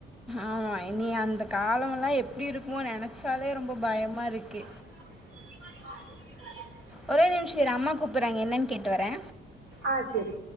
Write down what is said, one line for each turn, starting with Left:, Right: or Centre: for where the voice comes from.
Centre: ஆமா இனி அந்த காலம் எல்லா எப்டி இருக்குமோ நெனைச்சாலே ரொம்ப பயமா இருக்கு
Right: <unintelligible>
Centre: ஒரே நிமிஷம் இரு அம்மா கூப்டுறாங்க என்னன்னு கேட்டு வரே
Right: ஆ செரி